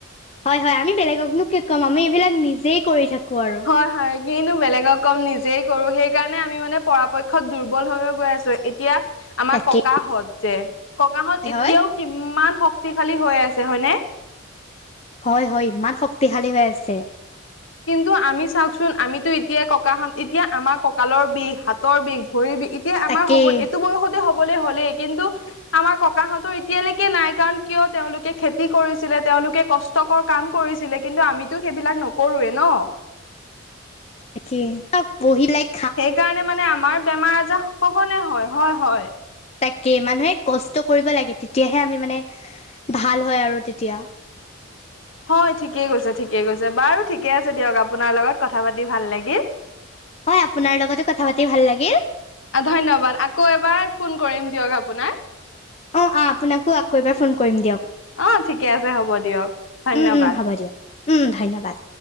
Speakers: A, on the left; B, on the left.
A: হয় হয়, আমি বেলেগকনো কি ক'ম আমি এইবিলাক নিজেই কৰি থাকো আৰু।
B: হয় হয়, কিনো বেলেগক কম নিজেই কৰো সেইকাৰণে আমি মানে পৰাপক্ষত দুৰ্বল হৈ হৈ গৈ আছো। এতিয়া আমাৰ
A: তাকে
B: ককাহঁত যে ককাহঁত এতিয়াও
A: হয়
B: কিমান শক্তিশালী হৈ আছে। হয় নে?
A: হয় হয় ইমান শক্তিশালী হৈ আছে।
B: কিন্তু আমি চাওকচোন আমিতো এতিয়াই ককাহত এতিয়া আমাৰ কঁকালৰ বিষ হাতৰ বিষ ভৰিৰ বিষ এতিয়া
A: তাকেই
B: আমাৰ হব এইটো বয়সতে হ'বলে হ'লেই কিন্তু আমাৰ ককাহঁতৰ এতিয়ালৈকে নাই কাৰণ, কিয় তেওঁলোকে খেতি কৰিছিলে তেওঁলোকে ক ষ্টকৰ কাম কৰিছিলে কিন্তু আমিতো সেইবিলাক নকৰোৱে ন।
A: তাকে আ বহি লাইক
B: সেইকাৰণে মানে আমাৰ বেমাৰ আজাৰ সঘনে হয়। হয় হয়।
A: তাকে মানুহে কষ্ট কৰিব লাগে তেতিয়াহে আমি মানে ভাল হয় আৰু তেতিয়া।
B: হয় ঠিকেই কৈছে ঠিকেই কৈছে। বাৰু ঠিকে আছে দিয়ক আপোনাৰ লগত কথা পাতি ভাল লাগিল।
A: হয় আপোনাৰ লগতো কথা পাতি ভাল লাগিল।
B: ধন্যবাদ আকৌ এবাৰ ফোন কৰিম দিয়ক আপোনাক।
A: অ আহ আপোনাকো আকৌ এবাৰ ফোন কৰিম দিয়ক।
B: অঁ ঠিকে আছে হ'ব দিয়ক, ধন্যবাদ।
A: উম উম হ'ব দিয়ক উম ধন্যবাদ।